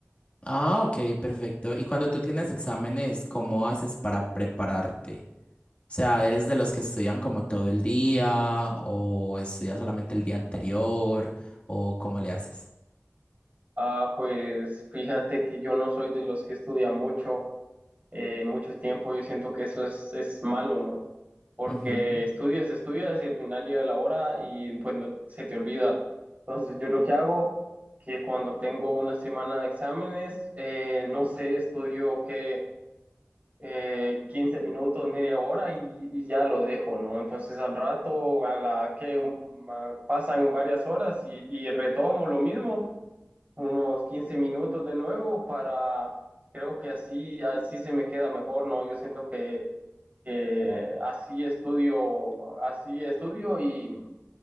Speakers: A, on the left (about 25°); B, on the right (about 35°).
A: Ah, ok, perfecto. ¿Y cuando tú tienes exámenes, cómo haces para prepararte? O sea, ¿eres de los que estudian como todo el día o estudias solamente el día anterior o cómo le haces?
B: Ah, pues fíjate que yo no soy de los que estudia mucho. eh, mucho tiempo, yo siento que eso es, es malo, ¿no? Porque
A: Ujú.
B: estudias, estudias y al final llega la hora y pues no- se te olvida. Entonces yo lo que hago, que cuando tengo una semana de exámenes, eh, no sé, estudio que eh, 15 minutos, media hora y, y ya lo dejo, ¿no? Entonces al rato, a la que un- ma- pasan varias horas y, y retomo lo mismo unos 15 minutos de nuevo para, creo que así, así se me queda mejor, ¿no? Yo siento que, que así estudio, así estudio y,